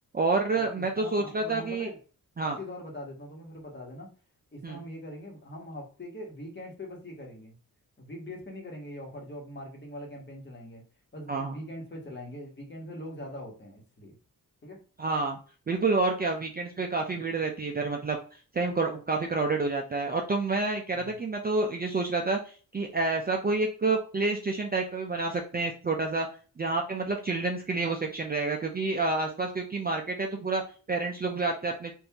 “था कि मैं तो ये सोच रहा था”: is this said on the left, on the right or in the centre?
Right